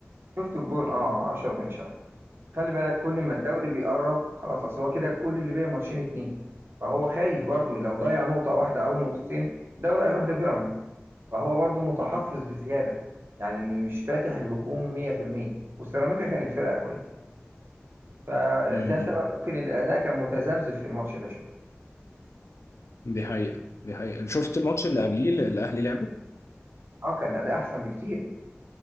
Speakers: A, on the right; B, on the left.
A: شفت الجون اه 10 بن شرقي خلي بالك كل ما الدوري بيقرب خلاص اصل هو كده كل اللي باقي ماتشين اتنين فهو خايف برضه لو ضيع نقطة واحدة او نقطتين الدوري هيروح لبيراميدز فهو برضو متحفظ
B: مم.
A: بزيادة يعني م- مش فاتح الهجوم 100% وسيراميكا كانت فرقة كويسة فده
B: مم.
A: سبب ممكن إن الأداء كان متذبذب في الماتش ده شوية
B: دي حقيقة دي حقيقة شفت الماتش اللي قبليه اللي الأهلي لعبه؟
A: اه كان الأداء أحسن بكتير